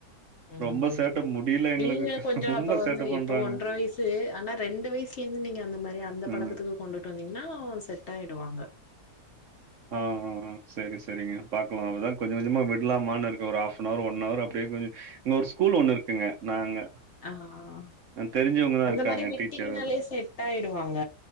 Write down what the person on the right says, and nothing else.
ரொம்ப சேட்ட
முடியல எங்களுக்கு
ரொம்ப
சேட்ட பண்றாங்க
ம்
அ ஆ அ செரி செரிங்க பாக்கலா அப்பதா கொஞ்ச கொஞ்சமா விடலாமான்னு இருக்கு ஒரு ஹஃப்னவர் ஒன்னவரு அப்டியே கொஞ்சோ இங்க ஒரு ஸ்கூல்லு ஒண்ணு இருக்குங்க நாங்க
நான் தெரிஞ்சவங்க தான்
இருக்காங்க
டீச்சர்